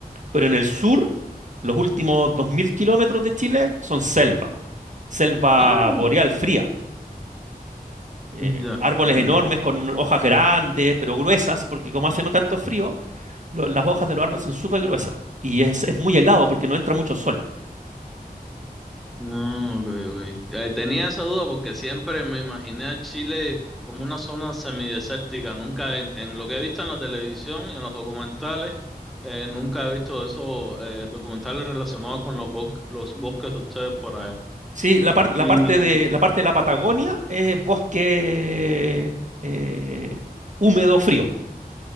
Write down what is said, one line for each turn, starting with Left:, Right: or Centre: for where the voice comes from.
Right: Pero en el sur, los últimos 2.000 kilómetros de Chile son selva. Selva
Centre: Ah,
Right: boreal fría. Eh,
Centre: ya,
Right: árboles
Centre: ok.
Right: enormes con hojas grandes, pero gruesas, porque como hacemos tanto frío, lo- las hojas de los árboles son súper gruesas. Y es, es muy helado porque no entra mucho sol.
Centre: No, ok, ok. Eh, Tenía esa duda porque siempre me imaginé a Chile como una zona semidesértica. Nunca en, en lo que he visto en la televisión y en los documentales, eh, nunca he visto esos eh, documentales relacionados con los, bo- los bosques de ustedes por allá.
Right: Sí, la parte, la
Centre: Y
Right: parte de, la parte de la Patagonia es bosque eh, húmedo frío.